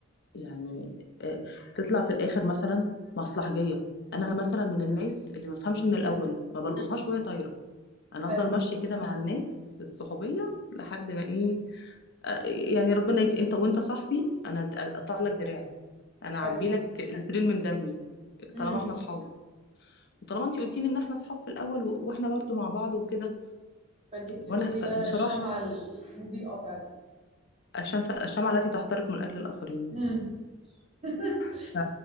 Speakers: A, on the left; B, on the right.
A: يعني آه، تطلع في الآخر مثلا مصلحجية أنا مثلا من الناس اللي ما فهمش من الأول
B: امم
A: ما بلقطهاش وهي طايرة أنا
B: حلو
A: أفضل ماشية كده مع الناس في الصحوبية لحد ما إيه آه، يعني ربنا يك... أنت وأنت صاحبي أنا أقطع لك دراعي انا اعبي
B: حلو
A: لك لترين من دمي
B: امم
A: طالما احنا اصحاب وطالما انت قلتي لي ان احنا اصحاب في الاول و- واحنا برضو مع بعض وكده
B: فانت بتبذلي
A: وانا ف-
B: بقى
A: بصراحه
B: الشمعة المضيئة فعلا
A: الشمس الشمعة التي تحترق من اجل الاخرين
B: امم <laughs>
A: ف...